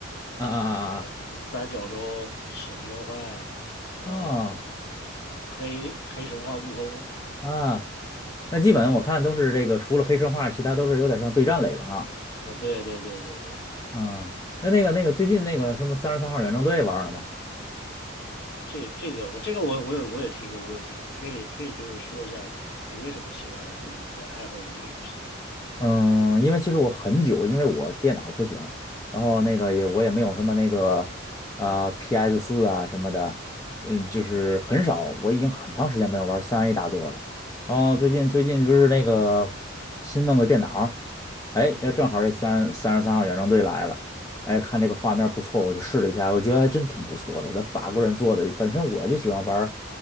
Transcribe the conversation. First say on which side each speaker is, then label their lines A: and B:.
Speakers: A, on the left; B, on the left.
A: 啊啊啊！
B: 呃，三角洲、使命召唤，呃，
A: 啊！
B: 黑黑神话悟空，
A: 啊啊，那基本我看都是这个，
B: 然后
A: 除了黑神话，其他都是有点像对战类的啊。
B: 呃，对对对对对，
A: 嗯，那那个那个最近那个什么三十三号远征队玩了吗？
B: 这这个我这个我我有我有听过，我有听过。你可以你可以就是说一下你你为什么喜欢，就是你的爱好是这个游戏。
A: 嗯，因为其实我很久，因为我电脑不行，然后那个也我也没有什么那个啊、
B: 嗯
A: PS 四啊什么的，嗯，就是很少，我已经很长时间没有玩三 A 大作了。然后最近最近不是那个新弄个电脑，哎，
B: 嗯
A: 要正好这三三十三号远征队来了，哎，看这个画面不错，我就试了一下，我觉得还真挺不错的。他法国人做的，本身我就喜欢玩